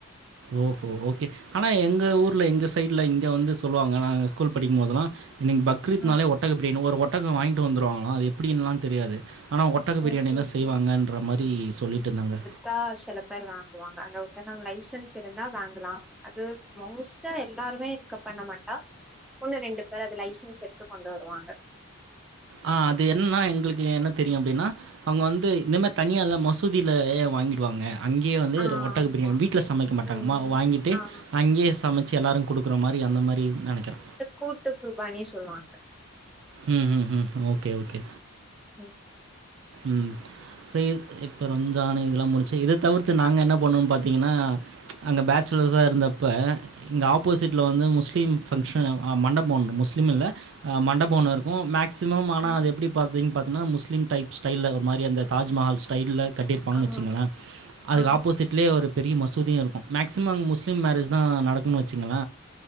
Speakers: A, on the right (about 55°); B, in the centre.
A: ஓஹோ ஓகே ஆனா எங்க ஊர்ல எங்க சைட்ல இங்க வந்து சொல்லுவாங்க நாங்க ஸ்கூல் படிக்கும்போதெல்லா இன்னைக்கு பக்ரீத்னாலே
B: ஆ
A: ஒட்டக பிரியாணி ஒரு ஒட்டக வாங்கிட்டு வந்துருவாங்களா அது எப்டின்லா தெரியாது ஆனா ஒட்டக பிரியாணி
B: ஓகே
A: தா
B: ஓகே
A: செய்வாங்கன்ற மாரி சொல்லிட்ருந்தாங்க
B: தா சில பேர் வாங்குவாங்க அங்க ஒருத்தங்க லைசன்ஸ் இருந்தா வாங்கலா அது மோஸ்டா எல்லாருமே இருக்க பண்ண மாட்டா ஒண்ணு ரெண்டு வேற அது லைசன்ஸ் எடுத்து கொண்டு வருவாங்க
A: ஆ அது என்னன்னா எங்களுக்கு என்ன தெரியு அப்படின்னா அவங்க வந்து இந்த மாரி தனியல்லா மசூதியில வாங்கிடுவாங்க அங்கேயே வந்து
B: ஆ
A: று ஒட்டக
B: ஆமா
A: பிரியாணி வீட்ல சமைக்க மாட்டாங்க
B: ம்
A: மா வாங்கிட்டு
B: ஆ
A: அங்கேயே சமை வச்சு எல்லாரரு குடுக்குற மாரி அந்த மாரி நெனைக்கறே
B: கூட்டுக்குருபாணி சொல்வாங்க
A: ம் ம் ம் ஓகே ஓகே
B: ம்
A: ம் <unintelligible> இப்போ ரம்ஜானு இதெல்லா முடிச்சு இத தவிர்த்து நாங்க என்ன பண்ணுவோம்னு பாத்தீங்கன்னா அங்க பேச்சுலர்ஸா இருந்தப்ப இங்க ஆப்போசிட்ல வந்து முஸ்லீம் ஃபங்க்ஷன் ஆ மண்டபோ ஒன்னு முஸ்லீம் இல்ல ஆ மண் டபோ ஒன்னு இருக்கும் மேக்சிமம் ஆனா
B: ஆ
A: அது எப்டி பாத்தீங்க பாத்தீங்கன்னா முஸ்லீம் டைப் ஸ்டைல்ல ஒரு மாரி அந்த தாஜ்மஹால் ஸ்டைல்ல கட்டியிருப்பாங்கனு
B: ஆ
A: வச்சுங்கள அதுக்கு
B: ஆ
A: ஆப்போசிட் லே ஒரு பெரிய மசூதியு இருக்கும் மேக்ஸிமம் அங்க முஸ்லீம் மேரேஜ்தா நடக்குன்னு வச்சுங்கள